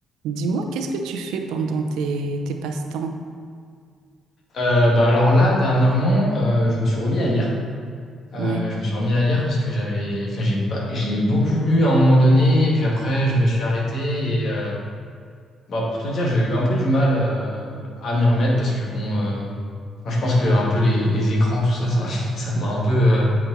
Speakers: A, on the right; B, on the left.
A: Dis-moi, qu'est-ce que tu fais pendant tes, tes passe-temps?
B: Euh, bah alors là, dernièrement, euh, je me suis remis à lire. Euh,
A: Ouais.
B: je me suis remis à lire parce que j'avais, enfin, j'ai pas, j'ai beaucoup lu à un moment donné, et puis après, je me suis arrêté. Et euh, bah, pour tout dire, j'ai eu un peu du mal euh, à m'y remettre parce que bon, euh, enfin, je pense que un peu les, les écrans, tout ça, ça, <laughs> ça m'a un peu, euh,